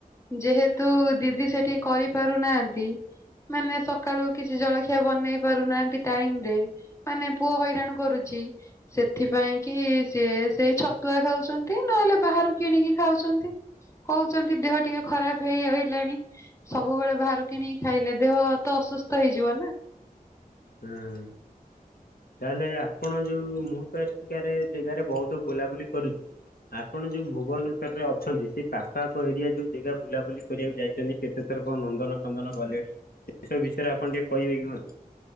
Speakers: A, on the left; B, on the left.
A: ଯେହେତୁ ଦିଦି ସେଠି କରିପାରୁନାହାନ୍ତି ମାନେ ସକାଳୁ କିଛି ଜଳଖିଆ ବନେଇ ପାରୁନାହାନ୍ତି ଟାଇମ୍ ରେ ମାନେ ପୁଅ ହଇରାଣ କରୁଛି ସେଥିପାଇଁ କି ସେ ସେଇ ଛତୁଆ ଖାଉଛନ୍ତି। ନହେଲେ ବାହାରୁ କିଣି କି ଖାଉଛନ୍ତି। କହୁଛନ୍ତି ଦେହ ଟିକେ ଖରାପ ହେଇ ରହିଲାଣି ସବୁବେଳେ ବାହାରୁ କିଣିକି ଖାଇଲେ ଦେହ ତ ଅସୁସ୍ଥ ହେଇଯିବ ନା ।
B: ହୁଁ। ତାହେଲେ ଆପଣ ଯୋଉ ମୁଁ ତ ଏଠିକାରେ ଜାଗାରେ ବହୁତ ବୁଲାବୁଲି କରୁଛି। ଆପଣ ଯୋଉ ଭୁବନେଶ୍ଵରରେ ଅଛନ୍ତି ସେ ପାଖ ଆଖ ଏରିଆ ଯୋଉ ଜାଗା ବୁଲାବୁଲି କରିବାକୁ ଯାଇଛନ୍ତି କେତେ ଥର? ତ କଣ ନନ୍ଦନ କନ୍ଦନ ଗଲେଣି ଏସବୁ ବିଷୟରେ ଆପଣ ଟିକେ କହିବେ କି ମତେ?